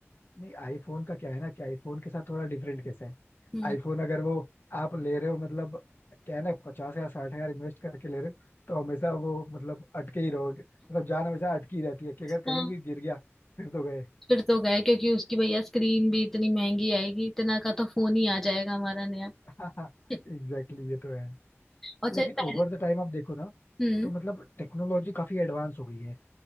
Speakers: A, on the left; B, in the centre.
A: नहीं आईफोन का क्या है ना कि आईफोन के साथ थोड़ा डिफरेंट कैसे है
B: हम्म
A: आईफोन अगर वो आप ले रहे हो मतलब क्या है ना पचास या साठ हजार इन्वेस्ट करके ले रहे हो तो हमेशा वो मतलब अटके ही रहोगे मतलब जान हमेशा अटकी रहती है कि अगर
B: हाँ।
A: कहीं भी गिर गया फिर तो गए
B: फिर तो गए क्योंकि उसकी भैया स्क्रीन भी इतनी महंगी आएगी इतना का तो फोन ही आ जाएगा हमारा नया
A: <laughs> एग्जैक्टली
B: <laughs>
A: exactly, ये तो है
B: और चाहे
A: लेकिन
B: पहले
A: ओवर द टाइम आप देखो ना
B: हम्म
A: तो मतलब टेक्नोलॉजी काफी एडवांस हो गई है